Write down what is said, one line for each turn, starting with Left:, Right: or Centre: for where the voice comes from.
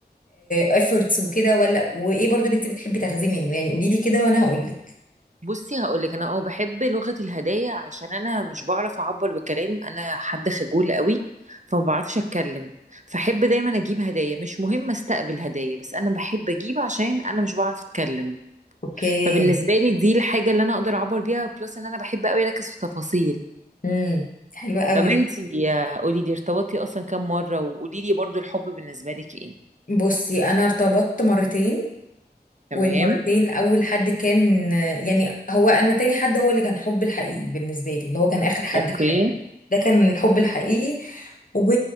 Left: افورتس وكده ولا وايه برضو اللي انتي بتحبي تاخديه منه يعني قولي لي كده وانا هقول لك
Right: بصي هقولك انا اه بحب لغة الهدايا عشان انا مش بعرف اعبر بالكلام انا حد خجول قوي فما بعرفش اتكلم فحب دايما اجيب هدايا مش مهم استقبل هدايا بس انا بحب اجيب عشان انا مش بعرف اتكلم
Left: اوكي
Right: فبالنسبة لي دي الحاجة اللي انا اقدر اعبر بيها بلس ان انا بحب قوي اركز في تفاصيل
Left: امم حلو قوي
Right: طب انتي
Left: ده
Right: يا قولي لي ارتبطتي اصلا كام مرة وقولي لي برضو الحب بالنسبة لك ايه
Left: بصي انا ارتبطت مرتين
Right: تمام
Left: والمرتين اول حد كان يعني هو انا تاني حد هو اللي كان حب الحقيقي بالنسبه لي اللي هو كان اخر حد
Right: اوكي
Left: في حياتي ده كان الحب الحقيقي و